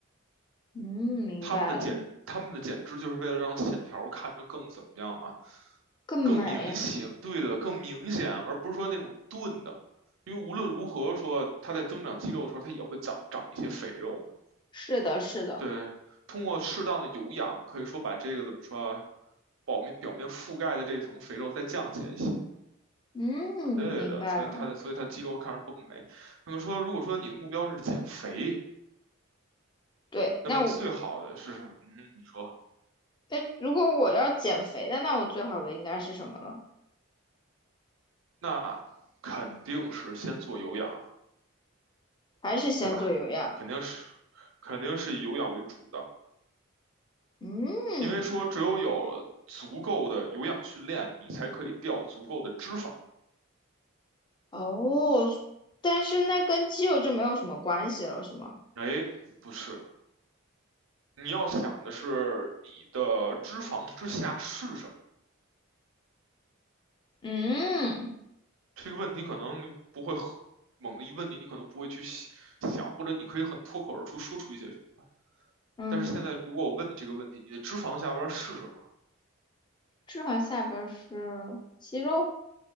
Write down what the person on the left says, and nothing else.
嗯，明白了，
更美。
是的，是的，
嗯，
明白了。
对，
那我，
哎，如果我要减肥的，那我最好的应该是什么了？
还是先做有氧？
嗯，
哦，但是那跟肌肉就没有什么关系了，是吗？
嗯
嗯。
脂肪下边儿是肌肉，